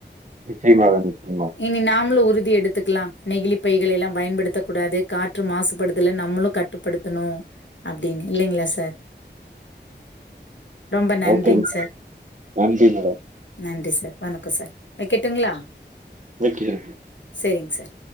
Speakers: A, on the right (about 45°); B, on the left (about 80°).
A: நிச்சயமாக நிச்சயமா
B: இனி நாமளு உறுதி எடுத்துக்கலா நெகிளிப்பைகளை எல்லா பயன்படுத்தக் கூடாது காற்று மாசுபடுதல நம்மளு க ட்டுப்படுத்தணு அப்டினு இல்லைங்களா சார் ரொம்ப நன்றிங்
A: ஓகே மேடம்
B: சார்
A: நன்றி மேடம்
B: நன்றி சார் வணக்கோ சார் வெக்கட்டுங்களா
A: வைக்கிறே
B: செரிங்க சார்